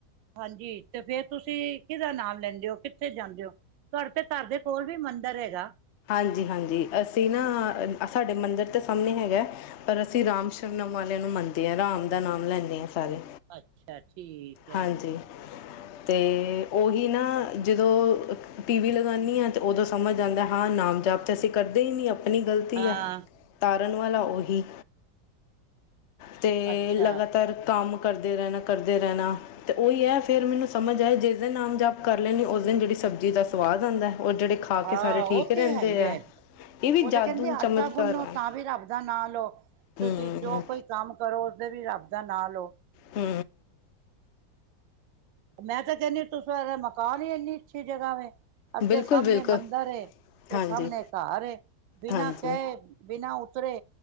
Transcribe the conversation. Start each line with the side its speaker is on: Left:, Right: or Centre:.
Right: ਹਾਂਜੀ, ਤੇ ਫੇਰ ਤੁਸੀਂ ਕਿਹਦਾ ਨਾਮ ਲੈਂਦੇ ਹੋ, ਕਿੱਥੇ ਜਾਂਦੇ ਹੋ ਤੁਹਾਡੇ, ਤੇ ਘਰ ਦੇ ਕੋਲ ਵੀ, ਮੰਦਿਰ ਹੈਗਾ।
Left: ਹਾਂਜੀ -ਹਾਂਜੀ ਅਸੀਂ ਨਾ, ਸਾਡੇ ਮੰਦਿਰ ਦੇ ਸਾਹਮਣੇ ਹੈਗਾ। ਪਰ ਅਸੀਂ, ਰਾਮ
Right: ਹਾਂ
Left: ਸ਼ਵਨਮ ਵਾਲਿਆਂ ਨੂੰ ਮੰਨਦੇ ਹਾਂ। ਰਾਮ ਦਾ ਨਾਮ ਲੈਂਦੇ, ਹਾਂ ਸਾਰੇ।
Right: ਅੱਛਾ, ਠੀਕ ਹੈ।
Left: ਹਾਂਜੀ ਤੇ, ਉਹੀ ਨਾ ਜਦੋਂ ਟੀ, ਵੀ, ਲਗਾਉਂਦੀ ਹਾਂ ਤੇ ਉਦੋਂ ਸਮਝ ਆਉਦੀਂ ਹਾਂ, ਨਾਮ -ਜਪ ਤੇ ਅਸੀਂ ਕਰਦੇ ਹੀ ਨਹੀਂ, ਆਪਣੀ ਗ਼ਲਤੀ
Right: ਹਾਂ
Left: ਹੈ। ਤਾਰਨ ਵਾਲਾ ਉਹੀ, ਤੇ
Right: ਅੱਛਾ
Left: ਲਗਾਤਾਰ ਕੰਮ ਕਰਦੇ ਰਹਿਣਾ, ਕਰਦੇ ਰਹਿਣਾ। ਤੇ ਉਹੀ ਹੈ ਫੇਿਰ, ਮੈਨੂੰ ਸਮਝ ਆਏ, ਜਿਸ ਦਿਨ ਨਾਮ ਜਪ ਕਰ ਲੈਂਣੀ ਉਸ ਦਿਨ, ਜਿਹੜੀ ਸਬਜ਼ੀ ਦਾ ਸਵਾਦ, ਆਉਦਾ ਜਿਹੜੇ ਖਾ
Right: ਆ,
Left: ਕੇ ਸਾਰੇ
Right: ਉਹ
Left: ਠੀਕ ਰਹਿੰਦੇ
Right: ਤੇ ਹੈ ਹੀ
Left: ਆ
Right: ਹੈ।
Left: ਇਹ ਵੀ
Right: ਉਹ
Left: ਜਾਦੂ
Right: ਤਾਂ ਕਹਿੰਦੇ, ਆਟਾ
Left: ਚਮਤਕਾਰ
Right: ਗੁੰਨੋ
Left: ਹੈ
Right: ਤਾਂ ਵੀ ਰੱਬ ਦਾ ਨਾ ਲਓ ਤੁਸੀਂ,
Left: ਹੂੰ,
Right: ਜੋ ਕੋਈ ਕੰਮ ਜ਼ੋ ਕਰੋ, ਓਧਰ ਵੀ ਰੱਬ ਦਾ ਨਾ ਲਓ।
Left: ਤੇ
Right: ਮੈਂ ਤਾਂ ਕਹਿੰਦੀ, ਤੁਸਾਂ ਦਾ ਮਕਾਨ ਹੀ ਇੰਨੀ ਅੱਛੀ, ਜਗ੍ਹਾ ਵ ਅੱਗੇ
Left: ਬਿਲਕੁਲ-ਬਿਲਕੁਲ,
Right: ਸਾਹਮਣੇ, ਮੰਦਿਰ ਏ
Left: ਹਾਂਜੀ।
Right: ਸਾਹਮਣੇ ਘਰ ਏ ਬਿਨਾਂ
Left: ਹਾਂਜੀ,
Right: ਕਹੇ ਬਿਨਾਂ ਉਤਰੇ,